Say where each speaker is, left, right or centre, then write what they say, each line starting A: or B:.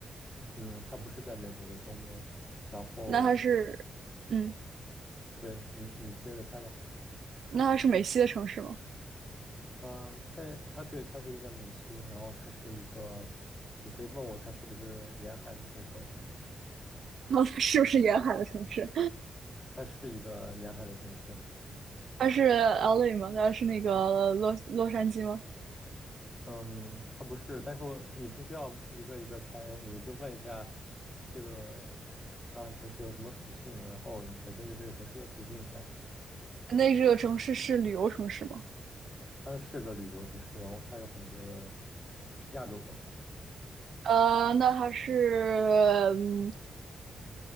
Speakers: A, in the centre; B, on the right (about 70°).
A: 嗯，它不是在美国的东面，然后，
B: 那它是，嗯，
A: 对你你接着猜吧。
B: 那它是美西的城市吗？
A: 嗯，它它对，它是一个美西，然后它是一个，你可以问我它是不是沿海的，我会告诉你，
B: 哦，它是不是沿海的城市？
A: 它是一个沿海的城市。
B: 它是 LA 吗？它是那个洛洛杉矶吗？
A: 嗯，它不是，但是我你不需要一个一个猜，你就问一下这个啊、城市有什么属性，我然后你再根据这个城市的属性猜。
B: 那这个城市是旅游城市吗？
A: 它是个旅游城市，然后它有很多的亚洲人。
B: 呃，那它是，嗯，